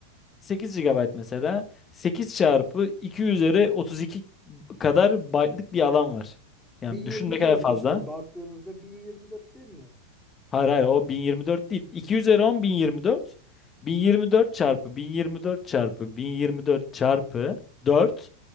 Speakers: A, on the left; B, in the centre.
A: 8 GB mesela. 8 çarpı 2 üzeri 32 kadar byte'lık bir alan var. Yani
B: 1024
A: düşün ne kadar fazla.
B: işte baktığımızda 1024 değil mi?
A: Hayır hayır o 1024 değil. 2 üzeri 10 1024. 1024 çarpı 1024 çarpı 1024 çarpı 4